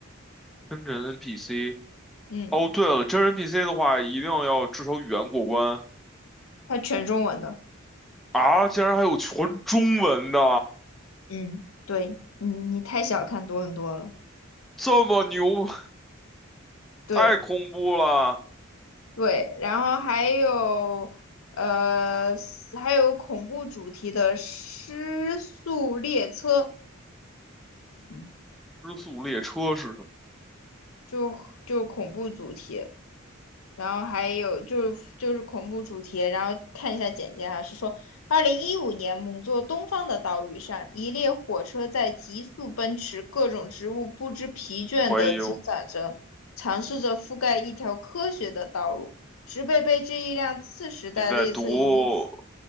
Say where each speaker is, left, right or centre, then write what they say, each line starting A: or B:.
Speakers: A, in the centre; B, on the left.
A: 真人 NPC。
B: 嗯，
A: 哦，对了，真人 NPC 的话，一定要至少语言过关
B: 它全中文的，
A: 啊！竟然还有全中文的，
B: 嗯，对你你太小看多伦多了，
A: 这么牛，
B: 对
A: 太恐怖了！
B: 对，然后还有呃还有恐怖主题的《失速列车》，嗯，
A: 《失速列车》是什么？
B: 就就恐怖主题，然后还有就是就是恐怖主题，然后看一下简介哈，是说二零一五年某座东方的岛屿上，一列火车在急速奔驰，各种植物不知疲倦地生长着，
A: 怀疑我
B: 尝试着覆盖一条科学的道路，植被被这一辆次时代列车以此
A: 你在读